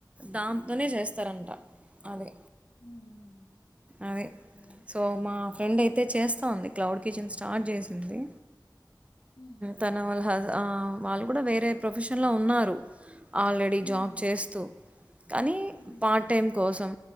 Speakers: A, on the right (about 15°); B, on the left (about 75°).
A: దాంతోనే
B: హ్మ్
A: చేస్తారంట అదిే
B: హ్మ్
A: అదే
B: ఓకే.
A: సో మా ఫ్రెండ్ ఐతే యితే చేస్తా ఉంది క్లౌడ్ కిచెన్ స్టార్ట్ చేసింది
B: హ్మ్
A: తన వల్ల హ వాళ్ళ కూడా వేరే ప్రొఫెషన్ న్నారు ఆల్రెడీ
B: హ్మ్
A: జాబ్ చేస్తూ కనీ
B: హ్మ్
A: పార్ట్ టైం కోసం